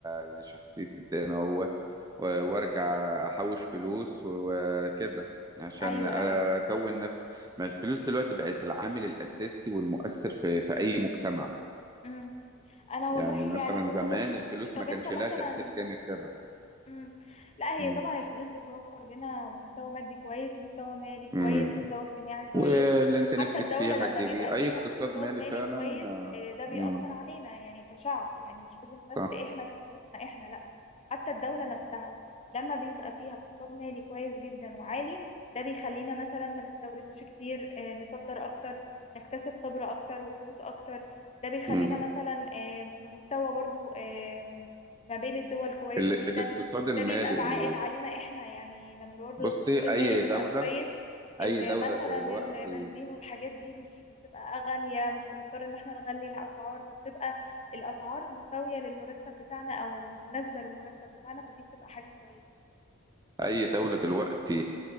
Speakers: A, on the right; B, on the left.
A: لشخصيتي تاني اهوت و- وارجع احوش فلوس وكده عشان
B: ايوه
A: اكون
B: ايوه
A: نفسي ما الفلوس دلوقتي بقت العامل الاساسي والمؤثر في في اي مجتمع
B: مم. انا والله
A: يعني مثلا
B: يعني كنت
A: زمان
B: بشوف
A: الفلوس
B: طب
A: ما كانش
B: انت مثلا
A: لها تأثير جامد كده
B: مم. لا هي
A: مم.
B: طبعا الفلوس بتوفر لنا مستوى مادي كويس مستوى مالي كويس
A: مم.
B: مستوى اجتماعي كويس
A: واللي انت نفسك
B: حتى الدولة
A: فيه هتجيبيه
B: لما بيبقى
A: اي
B: فيها
A: اقتصاد
B: اقتصاد
A: مالي
B: مالي
A: فعلا
B: كويس
A: آه،
B: آه، ده بيأثر
A: مم.
B: علينا يعني كشعب يعني مش لازم بس
A: صح
B: احنا كفلوسنا احنا لا حتى الدولة نفسها لما بيبقى فيها اقتصاد مالي كويس جدا وعالي ده بيخلينا مثلا ما نستوردش كتير آه، نصدر اكتر نكتسب خبرة اكتر وفلوس اكتر ده بيخلينا
A: مم.
B: مثلا آه، في مستوى برضو آه، ما بين الدول كويس
A: ال-
B: جدا
A: الاقتصاد المالي
B: ده بيبقى بعائد علينا احنا يعني لما برضو
A: بصي
B: الاقتصاد المالي
A: اي
B: بيبقى
A: دولة
B: كويس ال-
A: اي دولة
B: مثلا
A: دلوقتي
B: البنزين والحاجات دي مش بتبقى غالية مش بنضطر ان احنا نغلي الاسعار فبتبقى الاسعار مساوية للمرتب بتاعنا او مناسبة للمرتب بتاعنا فدي بتبقى حاجة كويسة
A: اي دولة دلوقتي